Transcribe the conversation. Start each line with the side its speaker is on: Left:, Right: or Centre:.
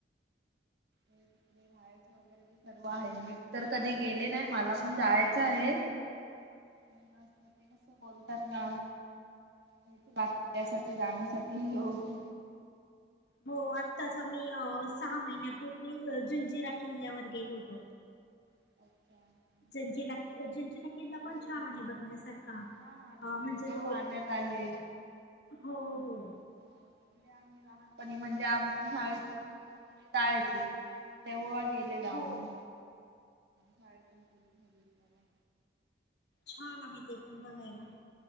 Right: हे तिकडे रायच वगैरे ते सर्व आहे मी तर कधी गेले नाही मला पण जायचं आहे पण श्रोते कसं बोलतात ना <unintelligible> त्यासाठी जाण्यासाठी योग
Left: हो आत्ताच आम्ही सहा महिन्यापूर्वी जंजिरा किल्ल्यावर गेलो होतो.
Right: <unintelligible>
Left: <unintelligible> किल्ला
Right: मुरुडला
Left: पण छान आहे बघण्यासारखा
Right: हा हा तिकडे
Left: अ म्हणजे तो
Right: पाण्यात आहे
Left: हो हो.
Right: हो तिकडे आम्ही लहानपणी म्हणजे आमची शाळेची ट्रिप वगैरे जायची. तेव्हा गेलेला
Left: हो
Right: आम्ही. शाळेतून ट्रिप नेलेली तेव्हा.
Left: छान आहे ते पण बघायला.